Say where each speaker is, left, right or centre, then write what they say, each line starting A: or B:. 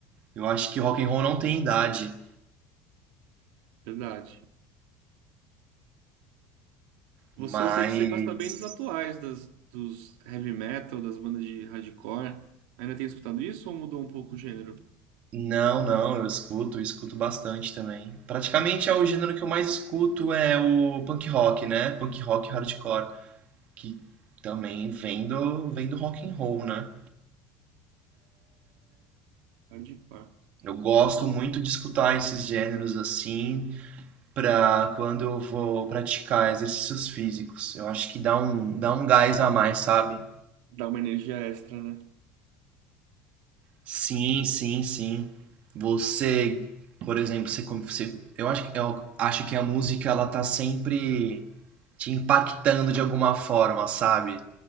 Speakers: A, on the right (about 35°); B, on the right (about 70°).
A: Eu acho que rock and roll não tem idade,
B: Verdade. Você,
A: mas
B: eu sei que você gosta bem dos atuais, das, dos heavy metal, das bandas de hardcore. Ainda tem escutado isso ou mudou um pouco o gênero?
A: Não, não, eu escuto, eu escuto bastante também. Praticamente é o gênero que eu mais escuto é o punk rock, né? Punk rock hardcore, que também vem do, vem do rock and roll, né?
B: Hardcore.
A: Eu gosto muito de escutar esses gêneros assim pra quando eu vou praticar exercícios físicos. Eu acho que dá um, dá um gás a mais, sabe?
B: Dá uma energia extra, né?
A: Sim, sim, sim. Você, por exemplo, você, você eu acho, que- eu acho que a música ela tá sempre te impactando de alguma forma, sabe?